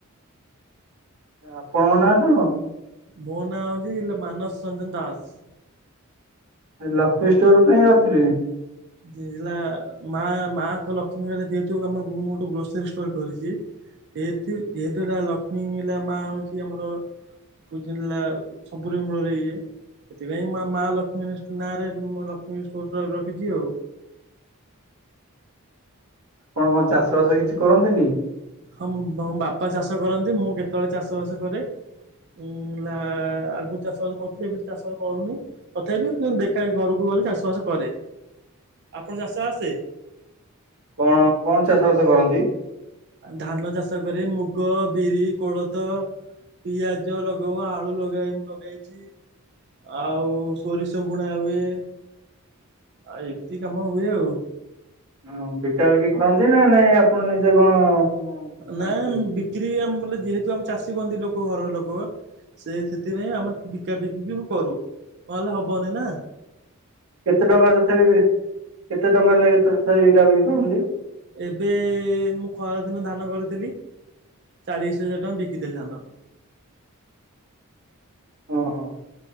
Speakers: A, on the right; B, on the right.
A: ଆପଣଙ୍କ ନାଁ କଣ?
B: ମୋ ନାଁ ହଉଛି ମାନସ ରଞ୍ଜନ ଦାସ।
A: ଲକ୍ଷ୍ମୀ ଷ୍ଟୋର କାଇଁ ରଖିଲେ?
B: ହେଲା ମା ମାଆଙ୍କ ଲକ୍ଷ୍ମୀଲା ଯେହେତୁ ଆମର ମୁଁ ଗୋଟେ ଗ୍ରୋସରୀ ଷ୍ଟୋର କରିଛି ଯେତୁ ଯେହେତୁ ହେଲା ଲକ୍ଷ୍ମୀ ମା ହଉଛି ଆମର ପୁଜିଲା ସବୁରି ମୂଳରେ ଇଏ ସେଥିପାଇଁ ମା ମା ଲକ୍ଷ୍ମୀ ନାଁରେ ମୋ ଲକ୍ଷ୍ମୀ ଷ୍ଟୋର ରଖିଛି ଆଉ।
A: କଣ କଣ ଚାଷବାସ କିଛି କରନ୍ତିନି?
B: ହଁ ମୋ ବାପା ଚାଷ କରନ୍ତି। ମୁଁ କେତେବେଳେ ଚାଷ ବାସ କରେ। ଉଁ ଲା ଆଗୁରୁ ଚାଷ ବାସ କରୁଥିଲେ ଏବେ ଚାଷ କରୁନି। ତଥାପି ଦେଖା ଘରକୁ ଗଲେ ଚାଷ ବାସ କରେ। ଆପଣ ଚାଷ ଆସେ?
A: କଣ କଣ ଚାଷ ବାସ କରନ୍ତି?
B: ଧାନ ଚାଷ କରି ମୁଗ, ବିରି, କୋଳଥ ପିଆଜ ଲଗାଉ ଆଳୁ ଲଗେଇ ମୁଁ ଲଗେଇଛି। ଆଉ ସୋରିଷ ବୁଣା ହୁଏ। ଆଉ ଏମିତି କାମ ହୁଏ ଆଉ।
A: ହ ବିକା ବିକି କରନ୍ତି ନା ନାଇଁ? ନିଜେ କଣ ଖାଆନ୍ତି
B: ନାଇ ବିକ୍ରି ଆମେ ବ ଯେହେତୁ, ଆମ ଚାଷୀ ବନ୍ଦୀ ଲୋକ ଘରର ଲୋକ - ସେ ସେଥିପାଇଁ ଆମେ ବିକା ବିକିକି କରୁ। ନହେଲେ ହବନି ନା -
A: କେତେ ଟଙ୍କାର ତଥାପି କେତେ ଟଙ୍କା ଲାଗ କେତେ ତଥାପ ବିକା ବିକି କରନ୍ତି?
B: ଏବେ ମୁଁ ଖରା ଦିନ ଧାନ କରିଥିଲି। ଚାଳିଶ ହଜାର ଟଙ୍କା ବିକିଥିଲି ଧାନ।
A: ଓଁ ହଁ <inaudible>